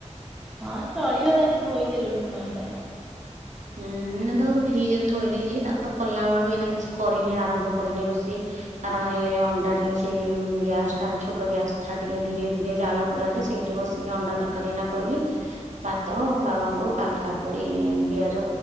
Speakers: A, in the centre; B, on the right.
A: ହଁ ଚଳିିବ ତାକୁ ଟିକେ ଧୋଇ ଦେଲୁନୁ ନହେଲେ।
B: ହୁଁ ନା ତାକୁ ଫ୍ରିଜ ରେ ଥୋଇ ଦେଇେଇଛି ତା କଲା ବେଳକୁ ଏଇନା କିଛି କରିନି ଆରମ୍ଭ କରିନି ରୋଷେଇ। କାରଣ ହେଲେ ଅଣ୍ଡା ଟିକେ ସେଇ ଗ୍ୟାସ ଟା ଛୋଟ ଗ୍ୟାସ ଟା ଟିକେ ଧୀରେ ଧୀରେ ଜାଳ ପୁର ଯେ ସେଇଠି ବସି ଟିକେ ଅଣ୍ଡା ତରକାରୀ ଏଇନା କରିକି ସାତ ବାବାଙ୍କୁ କାଲି କାକୁଡି ପିଆଜ